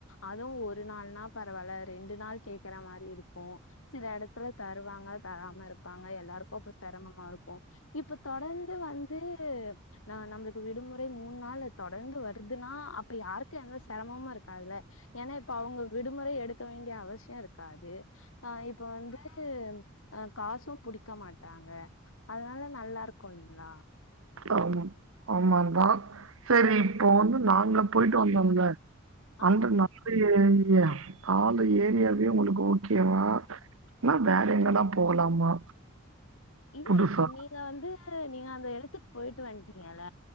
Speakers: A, on the left; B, on the right.
A: அதுவு ஒரு நாள்ன்னா பரவாயில்ல ரெண்டு நாள் கேக்குற மாரி இருக்கு சில எடத்துல தருவாங்க தராம இருப்பாங்க எல்லாருக்கு அப்ப செரமமா இருக்கு இப்ப தொடந்து வந்து நா நம்மளுக்கு விடுமுறை மூணு நாளு தொடர்ந்து வருதுன்னா அப்ப யாருக்கு எந்த செரமமா இருக்காதுல்ல ஏன்னா இப்ப அவங்க விடுமுறை எடுக்க வேண்டிய அவசியோ இருக் காது அ இப்ப வந்து அ காசும் புடிக்க மாட்டாங்க அதனால நல்லா இருக்கு இல்லீங்களா
B: ஆ ஆமாந்தா சரி இப்போ வந்து நாங்க போயிட்டு வந்தோம்ல
A: ஆமா
B: அந்த நாலு ஏரியா நாலு ஏரியாவே உங்களுக்கு ஓகே வா இன்னா வேற எங்கல்லா போகலாமா
A: இல்ல
B: புதுசா?
A: இப்போ நீங்க வந்து நீங்க அந்த எடத்துக்கு போயிட்டு வன்ட்டீங்கல